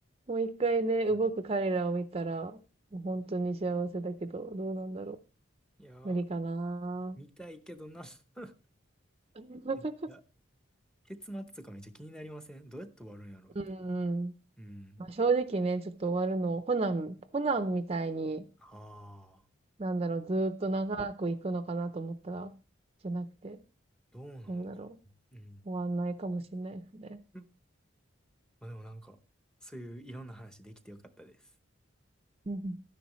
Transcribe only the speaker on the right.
もう一回ね、動く彼らを見たら、
もう本当に幸せだけど、どうなんだろ
う。無理かな。
<laughs>
うんうん。
まあ、正直ね、ちょっと終わるの、コナン、コナンみたいに、
なんだろう、ずーっと長く行くのかなと思ったら、じゃなくて、
どうだろ
う。終わんないかもしれないですね。
うんうん